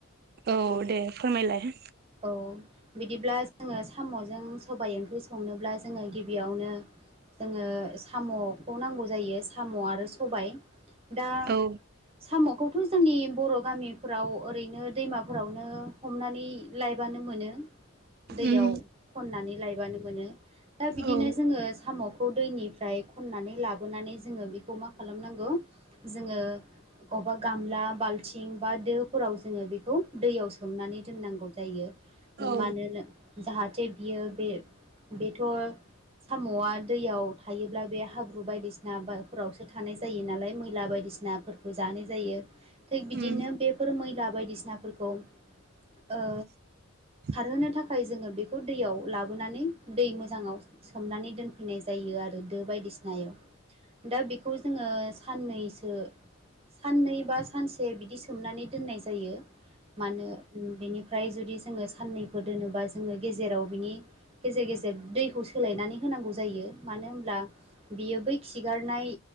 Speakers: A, on the right (about 45°); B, on the right (about 25°).
A: औ दे फोरमायलाय
B: औ बिदिब्ला जोङो साम'जों सबाय ओंख्रि संनोब्ला जोङो गिबियावनो जोङो साम'खौ नांगौ जायो साम' आरो सबाय। दा
A: औ
B: साम'खौथ' जोंनि बर' गामिफ्राव ओरैनो दैमाफोरावनो हमनानै लायबानो मोनो। दैयाव
A: उम
B: खननानै लायबानो मोनो दा बिदिनो
A: औ
B: जोङो साम'खौ दैनिफ्राय खननानै लाबोनानै जोङो बेखौ मा खालामनांगौ जोङो माबा गामला बाल्थिं बा दोफोराव जोङो बेखौ दैयाव सोमनानै दोननांगौ जायो
A: औ
B: मानोना जाहाथे बियो बे बेथ' साम'आ दैयाव थायोब्ला बे हाब्रु बायदिसिना बा फोरावसो थानाय जायो नालाय मैला बाय बायदिसिनाफोरखौ जानाय जायो। थिग बिदिनो
A: उम
B: बेफोर मैला बायदिसिनाफोरखौ ओ
A: <inaudible>
B: खारहोनो थाखाय जोङो बेखौ दैयाव लाबोनानै दै मोजाङाव सोमनानै दोनफैनाय जायो आरो। बायदिसिनायाव दा बेखौ जोङो साननैसो साननै बा सानसे बिदि सोमनानै दोननाय जायो। मानो बेनि ओमफ्राय जुदि जोङो साननैफोर दोनोबा जोङो गेजेराव बिनि गेजेर गेजेर दैखौ सोलायनानै होन नांगौ जायो मानो होनोमब्ला बियो बै खिगारनाय